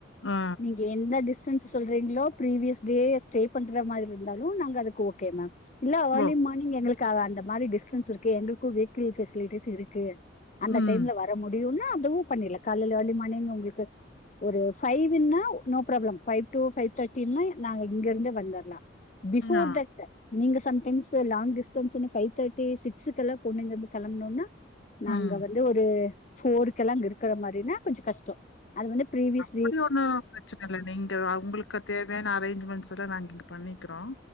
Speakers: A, on the left; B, on the left.
A: ஆ
B: நீங்க எந்த டிஸ்டன்ஸ் சொல்றீங்களோ பீரிவியஸ் டே ஸ்டே பண்ற மாதிரி இருந்தாலு நாங்க அதுக்கு ஓகே மேம் இல்ல ஏர்லி
A: ஓகே.
B: மார்னிங் எங்களுக்கு அந்த மாதிரி டிஸ்டன்ஸ் இருக்கு எங்களுக்கு வெகிக்ள் ஃபசிலிட்டீஸ் இருக்கு அந்த
A: ம்.
B: டைம்ல வர முடியும்னா அதுவும் பண்ணிடலா காலேல ஏர்லி மார்னிங் உங்களுக்கு ஒரு ஃபைவ்ன்னா no problem five two five தேர்ட்டின்னா நாங்க இங்க இருந்து வந்துடலா பிஃபோர்
A: ஆ.
B: தட் நீங்க சம்டைம்ஸ் லாங் டிஸ்டன்ஸ்ன்னு ஃபைவ் தேர்ட்டி சிக்ஸுக்கு எல்லா பொண்ணு இங்க இருந்து கெளம்பனும்னா நாங்க
A: ம்.
B: வந்து ஒரு ஃபோருக்கெல்லா அங்க இருக்கிற மாதிரினா கொஞ்ச கஷ்ட அது வந்து ஃப்ரீவியஸ்
A: அப்டி ஒன்னு பிரச்சனை இல்லை நீங்க உங்களுக்கு தேவையான அரேஞ்ச்மெண்ட்ஸ் எல்லா நாங்க இங்க பண்ணிக்கிறோம்